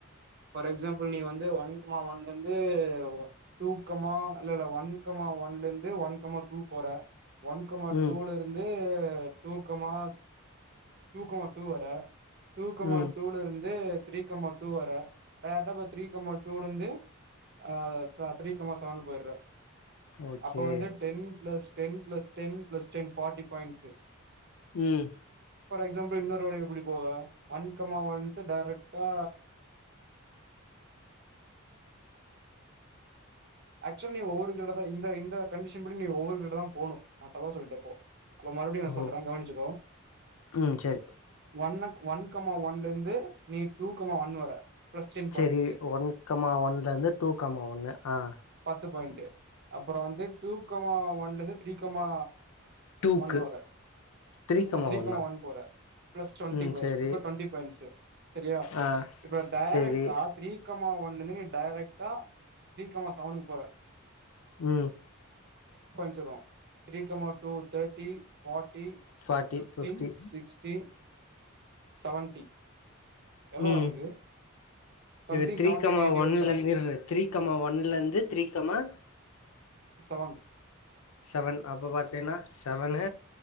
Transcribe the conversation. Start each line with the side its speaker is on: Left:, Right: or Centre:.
Right: ஃபார் எக்ஸாம்பிள் நீ வந்து ஒன் கமா ஒன்லருந்து டூ கமா இல்லல்ல ஒன்கமா ஒன்ல இருந்து ஒன்கமா டூ போற ஒன்கமா
Left: ம்
Right: டூலருந்து இப்ப two comma two comma two வர டூ கமா
Left: ம்
Right: டூலருந்து த்ரீ கமா டூ வர டேரக்டா இப்ப த்ரீ கமா டூலருந்து ஆஹ் ச த்ரீ கமா சவன் போய்ற
Left: ஓகே
Right: அப்ப வந்து ten plus ten plus ten plus ten forty points
Left: உம்
Right: அஹ் எக்ஸாம்பிள் இன்னொரு வழி எப்புடி போவ ஒன் கமா ஒன்க்கு டேரக்ட்டா ஆக்சுவல் நீங்க ஒவ்வொரு தட தா இந்த இந்த கண்டிஷன் படி நீங்க ஒவ்வொரு தட தா போனு நா தவ்வா சொல்லிட்டே இப்போ அத மறுப்டியு நா
Left: ஓ
Right: சொல்றே கவனிச்சுக்கோ
Left: ம் சரி
Right: ஒன்னு ஒன்கமா ஒன்ல இருந்து நீ டூக்கமா ஒன் வர பிளஸ் டென்
Left: செரி
Right: பாயிண்ட்ஸ்
Left: ஒன் கமா ஒன்ல இருந்து டூ கமா ஒண்ணு ஆஹ
Right: த்து பாயிண்டு அப்புறம் வந்து டூக்கமா ஒன்லந்து த்ரீகமா
Left: டூக்கு
Right: ஒன் வர
Left: த்ரீ கமா
Right: த்ரீகமா
Left: ஒன்னா
Right: ஒன்க்கு வர பிளஸ் டுவென்டி
Left: ம்
Right: வர
Left: சரி
Right: இப்ப டுவென்டி பாய்ண்ட்ஸ் சரியா
Left: ஆ
Right: இப்ப டைரக்ட்டா
Left: சரி
Right: த்ரீகமா ஒன் ந்தனு டைரெக்ட்டா த்ரீகமா செவனுக்கு போற
Left: ம்ஹ்
Right: zero three comma two thirty forty
Left: forty
Right: fifty
Left: fifty
Right: sixty seventy எவ்ளோ
Left: ம்
Right: வருது something
Left: இது three comma
Right: seventy or eighty
Left: ஒன்னலந்து
Right: வருண்டா
Left: த்ரீகமா ஒன்னுல இருந்து த்ரீகமா
Right: செவன்
Left: செவன் அப்ப பாத்தீன்னா செவனு